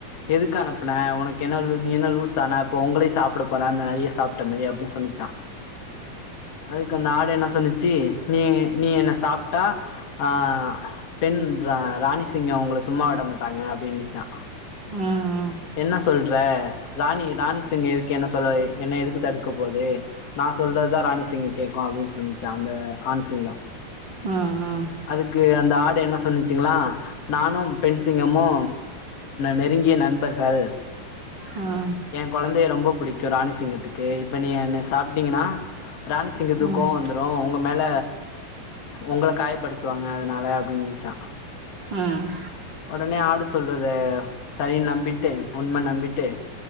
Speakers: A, on the left (about 50°); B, on the right (about 30°).
A: எதுக்கு அனுப்புன ஒனக்கு என்ன நீ என்ன லூஸ் சனா இப்போ ஒங்களையு சாப்ட போறே அந்த நரிய சாப்ட்ட மாரி அப்டின் சொன்னுச்சா அதுக்கு அந்த ஆடு என்ன சொன்னுச்சு நீ நீ என்ன சாப்ட்டா ஆ பெண் ராணிசிங்கொ ஒங்கள சும்மா விட மாட்டாங்க அப்டின்னுச்சா
B: உம்
A: என்ன சொல்ற ராணி ராணிசிங்க எதுக்கு என்ன சொல்ல என்ன எதுக்கு தடுக்க போது நா சொல்றததா ராணிசிங் கேட்கு அப்டின் சொன்னுச்சா அந்த ஆண்சிங்கோ
B: ம் ம்
A: அதுக்கு அந்த ஆடு என்ன சொன்னுச்சுங்ளா நானு பெண் சிங்கமு நெருங்கிய நண்பர்கள்
B: உம்
A: எ கொழந்தைய ரொம்ப புடிக்கு ராணி சிங்கத்துக்கு இப்ப நீ என்ன சாப்ட்டீங்னா ராணி சிங்கத்துக்கு
B: ம்
A: கோவ வந்துரு ஒங்க மேல ஒங்கள காயப்படுத்துவாங்க அதனால அப்டின்னுச்சா
B: உம்
A: ஒடனே ஆடு சொல்றத சரின்னு நம்பிட்டு உண்மனு நம்பிட்டு